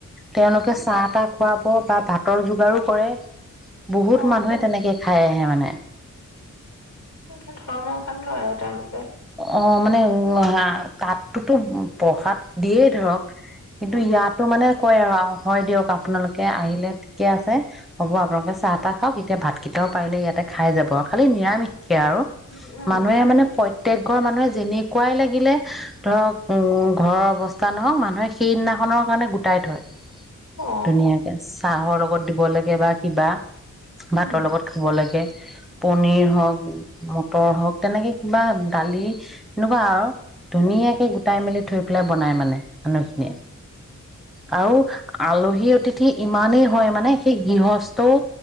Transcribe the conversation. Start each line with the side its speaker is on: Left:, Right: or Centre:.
Centre: তেওঁলোকে চাহ তাহ খুৱাব বা ভাতৰ যোগাৰো কৰে বহুত
Left: উম,
Centre: মানুহে তেনেকে খাই আহে মানে
Left: ধৰ্মৰ ভাগ লয় আৰু তেওঁলোকে
Centre: অ মানে উ তাতটোতো প্ৰসাদ দিয়েই ধৰক কিন্তু
Left: উম
Centre: ইয়াতো মানে কয় আৰু হয় দিয়ক আপোনালোকে আহিলে ঠিকে আছে হ'ব আপোনালোকে চাহ তাহ খাওক এতিয়া ভাতকেইটাও পাৰিলে ইয়াতে খাই যাব আৰু খালি নিৰামিষ আৰু
Left: উম
Centre: মানুহে
Left: উম
Centre: মানেত প্ৰত্যেযয়ক ঘৰ মানুহে যেনেকুৱাই লাগিলে ধৰক উম ঘৰৰ অৱস্থা নহওক মানুহে সেইদিনাখনৰ কাৰণে গোটাই থয়
Left: অ
Centre: ধুনীয়াকে চাহৰ লগত দিব লাগে বা কিবা
Left: উম
Centre: ভাতৰ লগত খাব লাগে পনিৰ হওক মটৰ হওক তেনেকে কিবা দালি এনেকুৱা আৰু ধুনীয়াকে গোটাই মেলি থৈ পেলাই বনাই মানে মানুহখিনিয়ে
Left: উ
Centre: আৰু আলহী অতিথি ইমানেই হয় মানে সেই গৃহস্থও